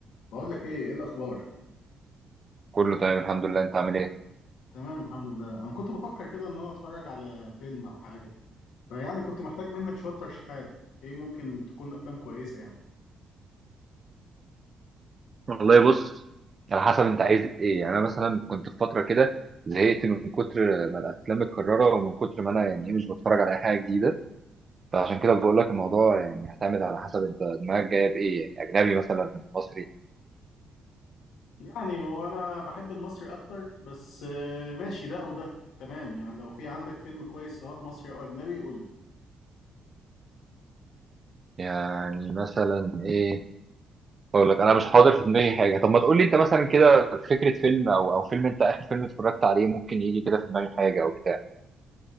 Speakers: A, on the left; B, on the right.
A: بقول لك ايه ايه الاخبار
B: كله تمام الحمد لله انت عامل ايه
A: تمام الحمد لله انا كنت بفكر كده ان انا اتفرج على فيلم او حاجه فيعني كنت محتاج منك شويه ترشيحات ايه ممكن تكون افلام كويسه يعني
B: والله بص على حسب انت عايز ايه يعني انا مثلا كنت في فتره كده زهقت من كتر ما الافلام متكرره ومن كتر ما انا يعني ايه مش بتفرج على اي حاجه جديده فعشان كده بقول لك الموضوع يعني هيعتمد على حسب انت دماغك جايه بايه يعني اجنبي مثلا مصري
A: يعني هو انا بحب المصري اكتر بس آه، ماشي ده او ده تمام يعني لو في عندك فيلم كويس سواء مصري او اجنبي قول لي
B: يعني مثلا ايه اقول لك انا مش حاضر في دماغي حاجه طب ما تقول لي انت مثلا كده فكره فيلم او او فيلم انت اخر فيلم اتفرجت عليه ممكن يجي كده في دماغي حاجه او بتاع